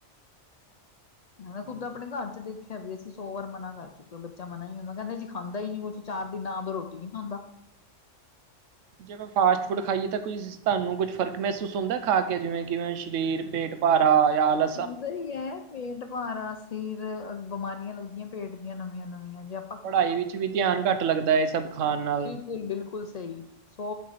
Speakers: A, on the left; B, on the right.
A: ਮੈਂ
B: ਹਾਂਜੀ।
A: ਤਾਂ ਖੁਦ ਆਪਣੇ ਘਰ ਚ ਦੇਖਿ <inaudible> ਵੀ ਅਸੀਂ ਸੌ ਵਾਰ ਮਨਾ ਕਰ ਚੁੱਕੇ ਬੱਚਾ ਮਨਾ ਈ <unintelligible> ਓ ਕੈਂਦਾ ਜੀ ਖਾਂਦਾ ਈ ਨੀ ਕੁਛ ਚਾਰ ਦੇ ਨਾ ਰੋਟੀ ਨੀ ਖਾਂਦਾ।
B: ਜੇ ਆਪਾਂ ਫਾਸਟ ਫੂਡ ਖਾਈਏ ਤਾਂ ਕੋਈ ਤੁਹਾਨੂੰ ਕੁਛ ਫ਼ਰਕ ਮਹਿਸੂਸ ਹੁੰਦਾ ਖਾ ਕੇ ਜਿਵੇਂ, ਕਿਵੇਂ ਸਰੀਰ ਪੇਟ ਭਾਰਾ ਯਾਂ <unintelligible>
A: ਹੁੰਦਾ ਈ ਐ। ਪੇਟ ਭਾਰਾ ਸਿਰ ਬਿਮਾਰੀਆਂ ਲੱਗਦੀਆਂ ਪੇਟ ਦੀਆਂ ਨਵੀਆਂ-ਨਵੀਆਂ ਜੇ ਆ
B: ਪੜ੍ਹਾਈ ਵਿੱਚ ਵੀ ਧਿਆਨ ਘੱਟ ਲੱਗਦਾ ਏ ਸਭ ਖਾਣ ਨਾਲ।
A: ਕੁੱਲ ਬਿਲਕੁੱਲ ਸਈ ਸੌ